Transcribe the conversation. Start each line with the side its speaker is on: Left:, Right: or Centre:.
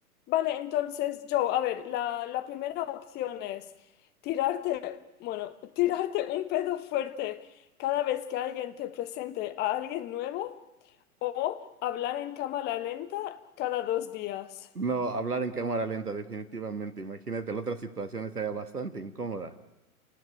Left: Vale, entonces, Joe, a ver, la, la primera opción es tirarte, bueno, <laughs> tirarte un pedo fuerte cada vez que alguien te presente a alguien nuevo o hablar en cámara lenta cada dos días.
Right: No, hablar en cámara lenta, definitivamente. Imagínate, la otra situación estaría bastante incómoda.